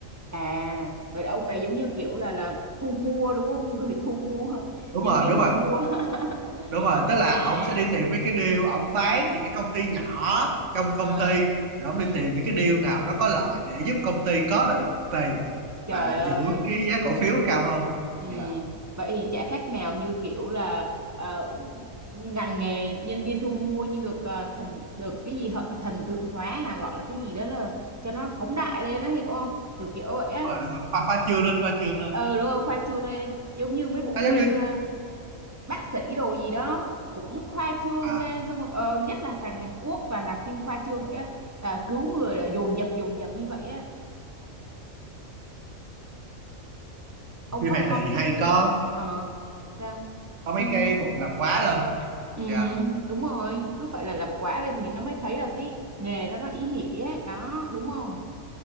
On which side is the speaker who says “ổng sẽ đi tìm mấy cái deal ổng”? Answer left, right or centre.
Right